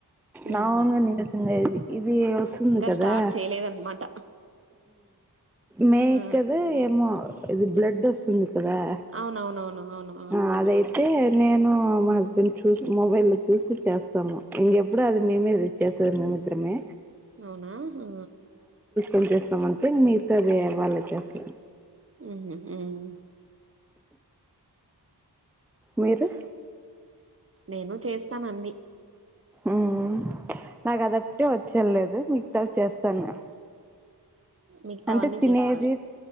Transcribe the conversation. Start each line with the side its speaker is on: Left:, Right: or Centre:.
Right: ఉహు
Centre: నాన్గా నిలిసిందేది. అది వస్తుంది
Right: ఇంకా
Centre: కదా
Right: స్టార్ట్ చేయలేదన్నమాట
Centre: మే
Right: ఆ
Centre: కదా ఏమో ఇది బ్లడ్ వస్తుంది కదా
Right: అవునవునవును అవును
Centre: ఆ అదైతే నేను మా హస్బెండ్ చూ మొబైల్ చూసి చేస్తాము ఇంకెప్పుడు అది మేమే ఇచ్చసారు నేను సముద్రమే
Right: అవునా ఆ
Centre: ఎం చేస్తామంటే మిగతాది వాళ్ళ చేస్తా
Right: మ్మ్మ్
Centre: మీరు
Right: నేను చేస్తాను అన్ని
Centre: మ్ నాకదొకటి వచ్చేలేదు మిగతావి చేస్తా నేను
Right: మిగతావన్నీ
Centre: అంటే తినేది
Right: చేస్తారు